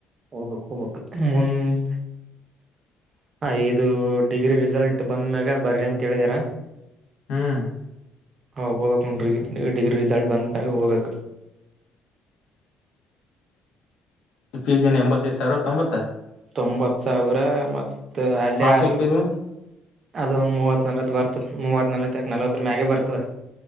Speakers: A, on the right; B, on the left.
A: ಹೋಗಬೇಕು ಹೋಗ್ ಮುಂದ ಐದು ಡಿಗ್ರಿ ರಿಸಲ್ಟ್ ಬಂದ ಮ್ಯಾಗ ಬರ್ರಿ ಅಂತೇಳಿದಾರ
B: ಹ್ಮ್
A: ಹಾ ಹೋಗಕ್ನ್ ನೀ ಡಿಗ್ರಿ ರಿಸಲ್ಟ್ ಬಂದ ಹೋಗ್ಬೇಕು
B: ಪಿ ಜನ್ ಎಂಬತ್ತೈದು್ ಸಾವಿರ ತೊಂಬತ್ತ
A: ತೊಂಬತ್ ಸಾವಿರ ಮ ಅಲ್ಲಿಲ್
B: ಹಾಸ್ಟೆಲ್ ಫೀಸ್
A: ಅದ ಒಂದ್ ಮೂವತ್ ನಲ್ತ್ ಬರ್ತದೆ ಮೂವತ್ ನಲ್ವ ಚಕ್ ನಲ್ವತ್ತ ಮ್ಯಾಗೆ ಬರ್ತ